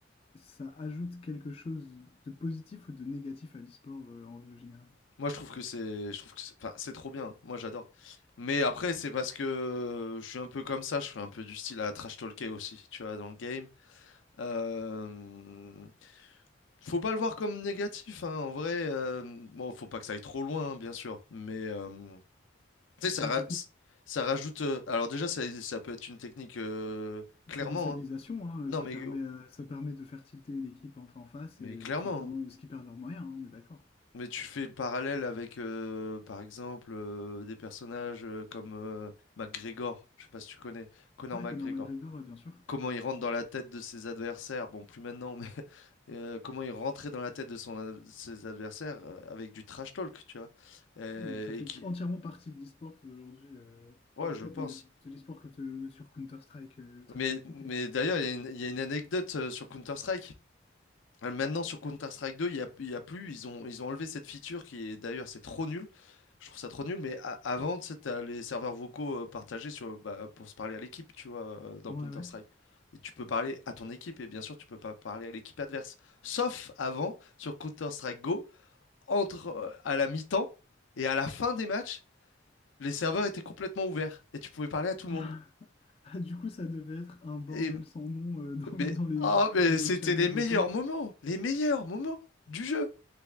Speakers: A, on the left (about 30°); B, on the left (about 85°).
A: ça ajoute quelque chose de positif ou de négatif à l'e-sport euh, en règle générale?
B: Moi, je trouve que c'est, je trouve que c'est, enfin, c'est trop bien. Moi, j'adore. Mais après, c'est parce que je suis un peu comme ça. Je suis un peu du style à trash talker aussi, tu vois, dans le game. Euh, Faut pas le voir comme négatif, hein, en vrai. euh, bon, faut pas que ça aille trop loin, hein, bien sûr. Mais euh, tu
A: Bah,
B: sais, ça,
A: C'est une
B: ra-
A: technique
B: ça rajoute. euh, alors déjà, ça, ça peut être une technique euh, clairement.
A: de déstabilisation,
B: hein.
A: hein, euh,
B: Non,
A: ça
B: mais
A: permet,
B: oh,
A: à- ça permet de faire tilter une équipe en, en face
B: mais
A: et
B: clairement.
A: euh, tout simplement
B: hein.
A: ce qui perdent leurs moyens, hein, on est d'accord.
B: Mais tu fais le parallèle avec, euh, par exemple, euh, des personnages euh, comme euh, McGregor. Je sais pas si tu connais Conor
A: Ouais,
B: McGregor.
A: Conor McGregor, ouais, bien sûr.
B: comment il rentre dans la tête de ses adversaires, bon, plus maintenant, mais <laughs> euh, comment il rentrait dans la tête de son, ad- ses adversaires euh, avec du trash talk, tu vois. Euh,
A: Ouais, donc ça fait
B: et qui...
A: entièrement partie de l'e-sport aujourd'hui, euh,
B: Ouais,
A: en tout
B: je
A: cas
B: pense.
A: de, de l'e-sport que te- sur Counter-Strike, euh, Trash
B: Mais,
A: Talk,
B: mais
A: ok.
B: d'ailleurs, il y a une, il y a une anecdote euh, sur Counter-Strike. Ah, Maintenant, sur Counter-Strike 2, il y a, il y a plus. Ils ont, ils ont enlevé cette feature qui est d'ailleurs, c'est trop nul. Je trouve ça trop nul. Mais a- avant, tu sais, t'as les serveurs vocaux euh, partagés sur, bah, pour se parler à l'équipe, tu vois, euh, dans
A: Ouais,
B: Counter-Strike.
A: ouais.
B: Et tu peux parler à ton équipe. Et bien sûr, tu peux pas parler à l'équipe adverse. Sauf avant, sur Counter-Strike Go, entre euh, à la mi-temps et à la fin des matchs, les serveurs étaient complètement ouverts. Et tu pouvais parler à tout le
A: <laughs>
B: monde.
A: Ah, du coup, ça devait être un bordel
B: Et,
A: sans nom euh, dans,
B: mais,
A: dans les,
B: ah mais
A: dans les
B: c'était
A: channels
B: les
A: vocaux.
B: meilleurs moments. Les meilleurs moments du jeu.